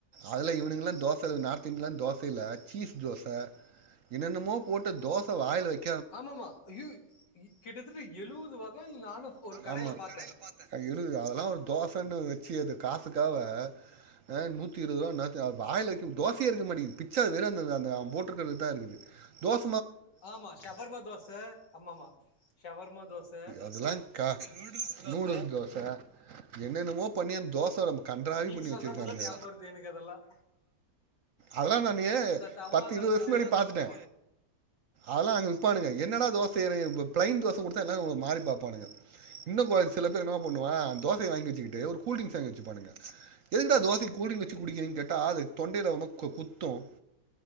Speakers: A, on the right; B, on the left.
A: அதுல இவனுங்கல்லாம் தோசல நார்த் இந்தியண்லாம் தோசைல சீஸ் தோச என்னென்னமோ போட்டு தோச வாயில வைக்க
B: ஆமாமா ஐயோ கிட்டத்தட்ட எழுவது வா க நானு ஒரு கடைல
A: ஆமா
B: பாத்தே
A: எழுது அதெல்லா தோசன்னு வச்சு அது காசுக்காவ ஆ நூத்தி இருவது ரூபா என்னத்துக்கு வாயில வெக்க தோசையா இருக்க மாடிக்குது பிச்சா வெறும் அந்த அந்த போட்ருக்கறது தா இருக்குது தோச
B: ஆமா ஷவர்மா தோச ஆமாமா ஷவர்மா தோச
A: அதெல்லாக் கா நூடுல்ஸ் தோச என்னென்னமோ பன்னி தோச கன்றாவி
B: நீங்க
A: பண்ணி
B: சொல்றப்பதான்
A: வச்சிருக்கானுங்க
B: ஞாபகம் வருது எனக்கு அதெல்லாம்
A: அதுலா நானு
B: அந்த தவால
A: பத்து இருவது
B: போட்டு
A: வர்ஷொ முன்னாடியே பாத்துட்டே
B: ஆமா
A: அதுவா விப்பானுங்க என்னடா தோச இது இப்ப ப்ளைன் தோச கொடுத்தா என்ன ஒ மாறி பாப்பானுங்க இன்னு கொ சில பேர் என்ன பண்ணுவ தோச வாங்கி வச்சுக்கிட்டு ஒரு கூல் ட்ரிங்ஸ் வாங்கி வச்சிப்பானுங்க எதுக்கு டா தோச கூல் ட்ரிங்ஸ்
B: ஓகே
A: வச்சி குடிக்கிறீங்கண்ணு கேட்டா அது தொண்டையில வந்து குத்தும்